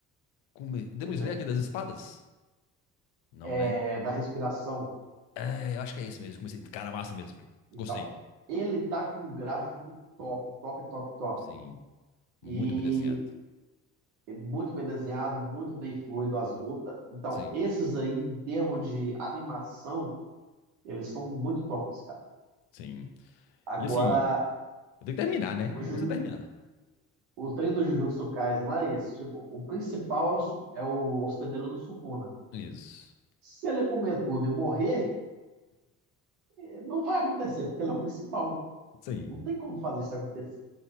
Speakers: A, on the left; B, on the right.
A: Come... Demon
B: Pois
A: Slayer,
B: é,
A: aquele das espadas? Não,
B: é
A: né?
B: da respiração.
A: É, eu acho que é esse mesmo. Comecei... Cara, massa mesmo.
B: Então,
A: Gostei.
B: ele tá com um gráfico top, top, top, top.
A: Sim,
B: E
A: muito bem desenhado.
B: é muito bem desenhado, muito bem fluido as lutas. Então,
A: Sim,
B: esses aí, em termos de animação, eles estão muito tops, cara.
A: sim.
B: Agora,
A: E assim, Eu tenho que terminar, né?
B: o
A: O
B: Jujutsu
A: negócio é terminar.
B: O, o treino do Jujutsu Kaisen lá é esse. Tipo, o principal é o, su- é o hospedeiro do Sukuna.
A: Isso.
B: Se ele comer tudo e morrer, eh, não vai acontecer, porque ele é o principal.
A: Sim.
B: Não tem como fazer isso acontecer.